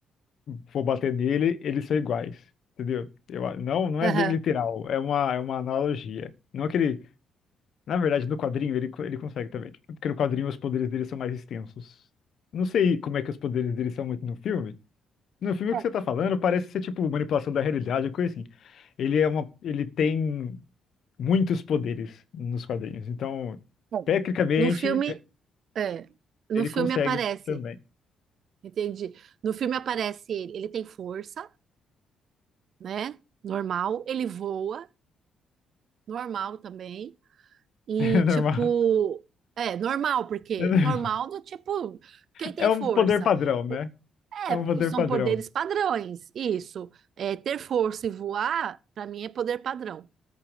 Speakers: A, on the left; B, on the right.
A: for bater nele, eles são iguais, entendeu? Eu, a- não, não
B: aham.
A: é bem literal, é uma, é uma analogia. Não é que ele, na verdade, no quadrinho ele, co- ele consegue também, porque no quadrinho os poderes dele são mais extensos. Não sei como é que os poderes dele são muito no filme. No filme
B: É,
A: que você tá falando parece ser tipo manipulação da realidade, coisa assim. Ele é uma, ele tem muitos poderes nos quadrinhos, então
B: é.
A: tecnicamente
B: No filme, é. No
A: ele
B: filme
A: consegue
B: aparece.
A: também. <laughs>
B: Entendi. No filme aparece ele, ele tem força. né? Normal. Ele voa, normal também. E
A: É normal.
B: tipo, é normal, porque
A: É normal.
B: normal do tipo, quem tem
A: É um
B: força?
A: poder padrão, né?
B: O- É,
A: É um poder
B: são
A: padrão.
B: poderes padrões, isso. É, ter força e voar, para mim, é poder padrão.